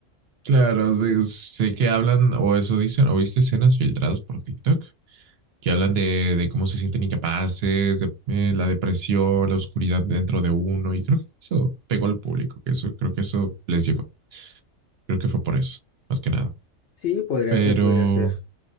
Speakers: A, on the right; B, on the left.
A: Claro, sí, sé que hablan o eso dicen, o viste escenas filtradas por TikTok que hablan de, de cómo se sienten incapaces, de eh, la depresión, la oscuridad dentro de uno y creo que eso pegó al público, que eso creo que eso les llegó. Creo que fue por eso, más que nada.
B: Sí, podría
A: Pero,
B: ser, podría ser.